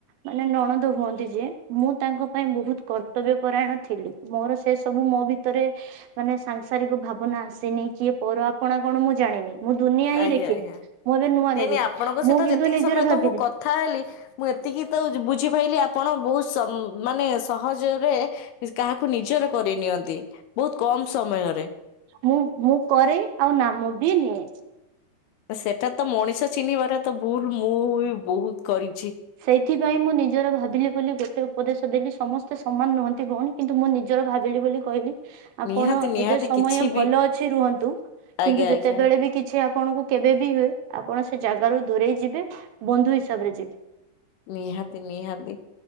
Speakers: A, on the right (about 75°); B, on the left (about 80°).
A: ମାନେ ନଣନ୍ଦ ହୁଅନ୍ତ ନ୍ତି ଯିଏ, ମୁଁ ତାଙ୍କ ପାଇଁ ବହୁତ କର୍ତ୍ତବ୍ୟ ପରାୟଣ ଥିଲି। ମୋର ସେ ସବୁ ମୋ ଭିତରେ ମାନେ ସାଂସାରିକ ଭାବନା ଆସିନି। କିଏ ପର ଆପଣା କଣ ମୁଁ ଜାଣିନି? ମୁଁ ଦୁନିଆ ହିଁ
B: ଆଜ୍ଞା,
A: ଦେଖିନି
B: ଆଜ୍ଞା,
A: ମୁଁ ଏବେ ନୂଆ
B: ନାଇଁ
A: ଦେଖୁଛି
B: ନାଇଁ ଆପଣଙ୍କ ସହିତ
A: ମୁଁ କିନ୍ତୁ
B: ଯେତିକି
A: ନିଜର
B: ସମୟ
A: ଭାବିଲି
B: ତ ମୁଁ କଥା ହେଲି, ମୁଁ ଏତିକି ତ ବୁଝିପାଇଲି! ଆପଣ ବହୁତ ସମ୍ ମାନେ ସ ସହଜରେ କାହାକୁ ନିଜର କରେଇ ନିଅନ୍ତି, ବହୁତ କମ ସମୟରେ।
A: ମୁଁ-ମୁଁ କରେ ଆଉ ନାମ ବି ନିଏ।
B: ସେଟା ତ ମଣିଷ ଚିହ୍ନିବାର ତ ଭୁଲ ମୁଁ ଉବି ବହୁତ କରି
A: ସେଇଥିପାଇଁ ମୁଁ ନିଜର ଭାବିଲି ବୋଲି, ଗୋଟେ ଉପଦେଶ ଦେଲି, ସମସ୍ତ ଏତ ସମାନ ନୁହଁନ୍ତି ଭଉଣୀ କିନ୍ତୁ, ମୁଁ ନିଜର ଭାବିଲି ବୋଲି କହିଲି। ଆପଣ,
B: ନିହାତି ନିହାତି
A: ଏବେ ସମୟ
B: କିଛି
A: ଭଲ
B: ବି
A: ଅଛି ରୁହନ୍ତୁ।
B: ଆଜ୍ଞା
A: କିନ୍ତୁ
B: ଆଜ୍ଞା
A: ଯେତେବେଳେ ବି କିଛି ଆପଣଙ୍କୁ କେବେ ବି ହୁଏ, ଆପଣ ସେ ଜାଗାରୁ ଦୂରେଇ ଯିବେ। ବନ୍ଧୁ ହିସାବରେ ଯିବେ।
B: ନିହାତି ନିହାତି